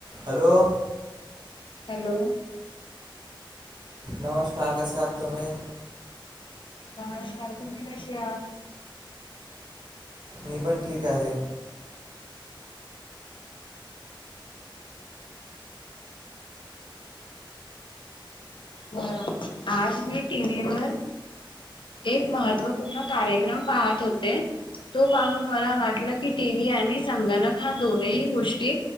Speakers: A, on the right; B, on the left.
A: हॅलो.
B: हॅलो.
A: नमस्कार कसे आहात तुम्ही?
B: नमस्कार तुम्ही कशे आहात?
A: मी पण ठीक आहे.
B: बर आज मी टीव्हीवर एक महत्त्वपूर्ण कार्यक्रम पाहत होते. तो पाहून मला वाटलं की टीव्ही आणि संगणक हा दोनही गोष्टी